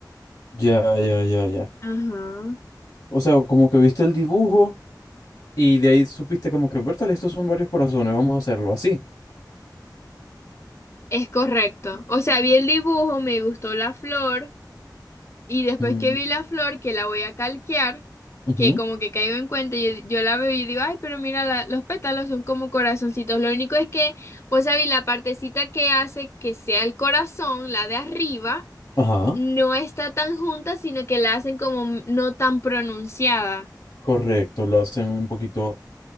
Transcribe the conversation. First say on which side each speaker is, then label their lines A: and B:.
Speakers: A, on the left; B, on the left.
A: Ya, ya, ya, ya.
B: Ajá.
A: O sea, como que viste el dibujo y de ahí supiste como que, Bertal, estos son varios corazones, vamos a hacerlo así.
B: Es correcto. O sea, vi el dibujo, me gustó la flor y después
A: Mm,
B: que vi la flor, que la voy a calquear,
A: ujú.
B: que como que caigo en cuenta, yo, yo la veo y digo, ay, pero mira, la- los pétalos son como corazoncitos. Lo único es que, vos sabéis, la partecita que hace que sea el corazón, la de arriba.
A: Ajá.
B: no está tan junta, sino que la hacen como no tan pronunciada.
A: Correcto, lo hacen un poquito.